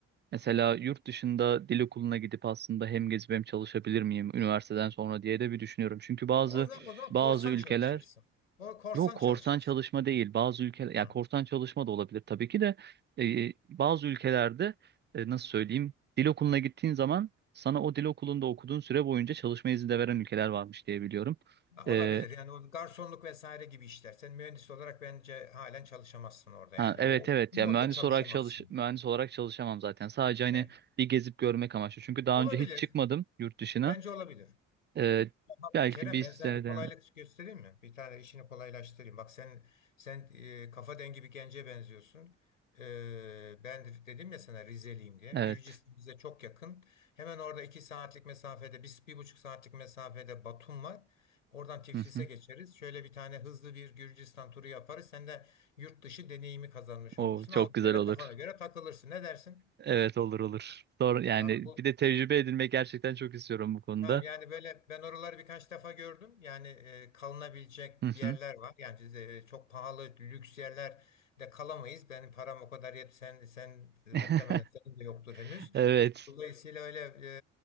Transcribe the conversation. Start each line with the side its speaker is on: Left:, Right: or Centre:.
Right: mesela yurt dışında dil okuluna gidip aslında hem gezip hem çalışabilir miyim üniversiteden sonra diye de bir düşünüyorum. Çünkü bazı
Left: E, O zaman, o zaman
Right: bazı
Left: korsan
Right: ülkeler
Left: çalışırsın. O korsan
Right: Yok korsan
Left: çalışırsın.
Right: çalışma değil. Bazı ülkeler ya
Left: Hı.
Right: korsan çalışma da olabilir tabii ki de e, e, bazı ülkelerde e, nasıl söyleyeyim dil okuluna gittiğin zaman sana o dil okulunda okuduğun süre boyunca çalışma izni de veren ülkeler varmış diye biliyorum.
Left: Ha,
Right: E,
Left: olabilir. Yani o garsonluk vesaire gibi işler. Sen mühendis olarak bence halen çalışamazsın orada
Right: ha,
Left: yani.
Right: evet
Left: O, o
Right: evet
Left: modda
Right: ya mühendis
Left: çalışamazsın.
Right: olarak çalış mühendis olarak çalışamam zaten. Sadece hani
Left: Evet.
Right: bir gezip görmek amaçlı. Çünkü daha
Left: Olabilir.
Right: önce hiç çıkmadım yurt dışına.
Left: Bence olabilir.
Right: E,
Left: Tamam,
Right: belki
Left: Kerem
Right: bir
Left: ben
Right: sene
Left: sana bir kolaylık
Right: de-
Left: göstereyim mi? Bir tane işini kolaylaştırayım. Bak sen sen e, kafa dengi bir gence benziyorsun. E, ben de dedim ya sana Rizeliyim diye. Gürcistan
Right: Evet.
Left: bize çok yakın. Hemen orada iki saatlik mesafede, bir, bir buçuk saatlik mesafede Batum var. Oradan Tiflis'e
Right: Hı hı.
Left: geçeriz. Şöyle bir tane hızlı bir Gürcistan turu yaparız. Sen de yurt dışı deneyimi kazanmış
Right: O
Left: olursun.
Right: çok
Left: Avrupa'yla
Right: güzel olur.
Left: kafana göre takılırsın. Ne dersin?
Right: Evet olur olur. Doğru yani
Left: Tamam, bu
Right: bir de tecrübe edinmek gerçekten çok istiyorum bu konuda.
Left: Ha, yani böyle ben oraları birkaç defa gördüm. Yani e, kalınabilecek
Right: Hı hı.
Left: yerler var. Yani e, çok pahalı lüks yerler de kalamayız. Benim param o kadar yet. Sen sen e, muhtemelen
Right: <laughs>
Left: senin de yoktur henüz.
Right: Evet.
Left: Dolayısıyla öyle